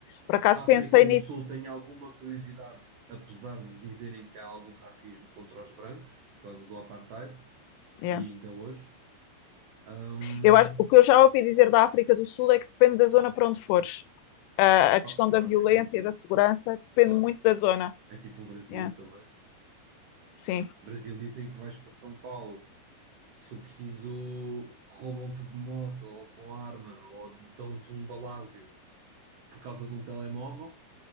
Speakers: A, on the left; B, on the right.
A: Por acaso
B: África
A: pensei
B: do
A: nisso.
B: Sul tenho alguma curiosidade, apesar de dizerem que há algum racismo contra os brancos por causa do apartheid
A: Yeah.
B: e ainda hoje. Hum,
A: Eu acho- o que eu já ouvi dizer da África do Sul é que depende da zona para onde fores. Ah, a questão
B: oh, claro,
A: da violência
B: é como tudo,
A: e da segurança depende
B: claro.
A: muito da zona.
B: É tipo o Brasil
A: Yeah,
B: também.
A: Sim.
B: O Brasil dizem que vais para São Paulo, se o preciso, roubam-te de moto ou com arma ou dão-te um balázio por causa de um telemóvel